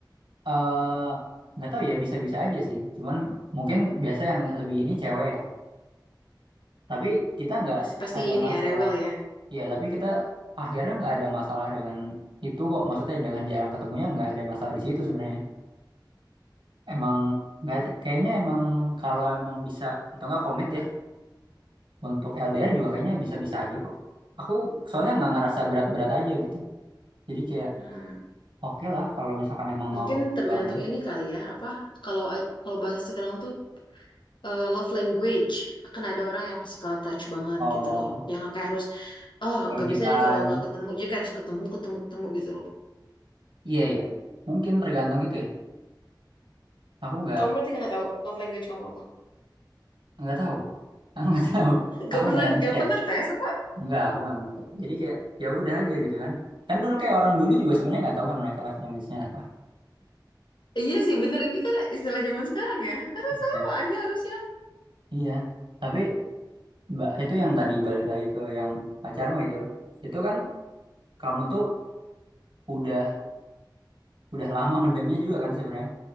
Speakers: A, on the right; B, on the left.
A: eh, nggak tahu ya bisa-bisa aja sih. Cuman mungkin biasa yang lebih ini cewek ya. Tapi kita nggak
B: Pasti, pasti
A: ada
B: ini
A: masalah.
B: ya rewel ya.
A: Iya, tapi kita akhirnya nggak ada masalah dengan itu kok. Maksudnya dengan jarang ketemunya nggak ada masalah di situ sebenarnya. Emang nggak kayaknya emang kalau emang bisa atau nggak komit ya untuk LDR juga kayaknya bisa-bisa aja kok. Aku soalnya nggak ngerasa berat-berat aja gitu. Jadi kayak
B: Hmm,
A: oke lah kalau misalkan emang
B: mungkin
A: mau diperjuangin.
B: tergantung ini kali ya apa kalau kalau bahasa sekarang tuh eh, love language. Akan ada orang yang physical touch banget
A: Oh,
B: gitu loh, yang kayak harus oh
A: quality
B: nggak bisa
A: time
B: deh kalau nggak ketemu, dia kayak harus ketemu ketemu ketemu gitu loh.
A: Iya ya, mungkin tergantung itu ya. Aku nggak
B: Kamu berarti nggak tahu love language kamu apa?
A: nggak tahu, <laughs> Aku nggak tahu. Aku
B: Gak pernah
A: nggak ngecek,
B: gak pernah tes apa?
A: nggak aku nggak ngecek. Jadi kayak ya udah aja gitu kan. Kan dulu kayak orang dulu juga sebenarnya nggak tahu kan mereka live language-nya apa.
B: Iya sih bener ini kan istilah zaman sekarang ya. Karena sama
A: Ya.
B: aja harusnya.
A: Iya, tapi ba- itu yang tadi balik lagi ke yang pacarmu ya Dil. Itu kan kamu tuh udah udah lama mendemnya juga kan sebenarnya.